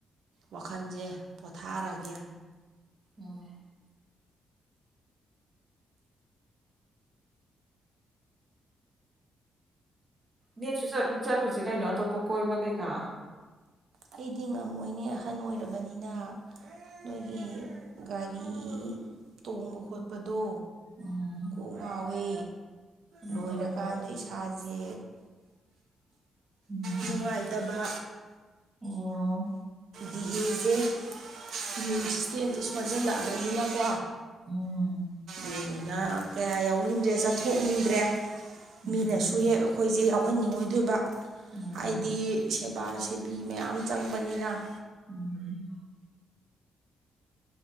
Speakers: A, on the right; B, on the right.
A: ꯋꯥꯈꯜꯁꯦ ꯄꯣꯊꯥꯔꯒꯦ
B: ꯑꯣꯝ ꯅꯦꯁꯨ ꯆꯠꯂꯨꯁꯦ ꯀꯩꯅꯣ ꯑꯇꯣꯞꯄ ꯀꯣꯏꯕ ꯀꯩꯀꯥ
A: ꯑꯩꯗꯤ ꯉꯝꯃꯣꯏꯅꯦ ꯑꯍꯟ ꯑꯣꯏꯔꯕꯅꯤꯅ ꯅꯣꯏꯒꯤ ꯒꯥꯔꯤ ꯇꯣꯡꯕ ꯈꯣꯠꯄꯗꯣ
B: ꯎꯝ
A: ꯀꯣꯛꯃꯋꯦ
B: ꯎꯝ
A: ꯂꯣꯏꯔꯀꯥꯟꯗ ꯏꯁꯥꯁꯦ
B: ꯎꯝ
A: ꯅꯨꯡꯉꯥꯏꯇꯕ
B: ꯑꯣ
A: ꯗꯤꯍꯦꯁꯦ ꯏꯃ꯭ꯌꯨꯟ ꯁꯤꯁꯇꯦꯝꯁꯦ ꯁꯣꯟꯖꯜꯂꯛꯑꯕꯅꯤꯅꯀꯣ
B: ꯎꯝ
A: ꯑꯗꯨꯅ ꯀꯌꯥ ꯌꯥꯎꯅꯤꯡꯗ꯭ꯔꯦ ꯆꯠꯊꯣꯛꯅꯤꯡꯗ꯭ꯔꯦ
B: ꯎꯝ
A: ꯃꯤꯅꯁꯨ ꯍꯦꯛ ꯑꯩꯈꯣꯏꯁꯦ ꯌꯥꯎꯍꯟꯅꯤꯡꯉꯣꯏꯗꯣꯏꯕ
B: ꯎꯝ
A: ꯍꯥꯏꯗꯤ ꯕꯥ ꯁꯦꯕꯤ ꯃꯌꯥꯝ ꯆꯪꯕꯅꯤꯅ
B: ꯎꯝ